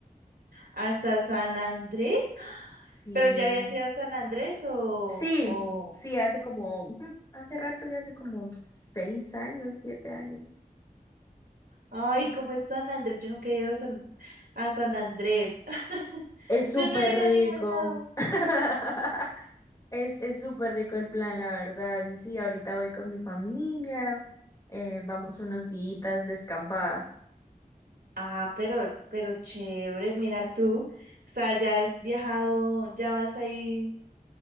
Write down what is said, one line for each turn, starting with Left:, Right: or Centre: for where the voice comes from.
Right: ¿Hasta San Andrés?
Left: Sí.
Right: ¿Pero ya habías ido a San Andrés o,
Left: Sí,
Right: o...
Left: sí, hace como, ujú, hace rato, ya hace como seis años, siete años.
Right: Ay, ¿cómo es San Andrés? Yo nunca he ido a San, a San Andrés. <laughs>
Left: Es súper
Right: Yo no he ido
Left: rico.
Right: a ningún lado.
Left: <laughs> Es, es súper rico el plan, la verdad. Y sí, ahorita voy con mi familia, eh, vamos unos días de escapada.
Right: Ah, pero, pero chévere, mira tú. O sea, ya has viajado, ya vas ahí